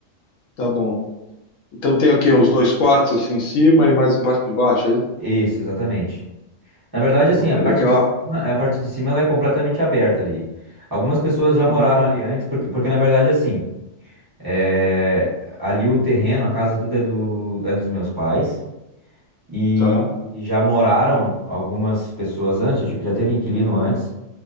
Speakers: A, on the left; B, on the right.
A: Tá bom. Então tem o quê? Uns dois quartos assim em cima e mais um quarto de baixo aí?
B: Isso, exatamente. Na verdade,
A: Pô,
B: assim, a
A: mas
B: parte
A: legal.
B: de cima, a parte de cima ela é completamente aberta ali. Algumas pessoas já
A: Uhum.
B: moraram ali antes, porque, porque na verdade, assim, é, ali o terreno, a casa, tudo é do, é dos meus pais. E,
A: Tá,
B: e já moraram algumas pessoas antes, já teve inquilino antes.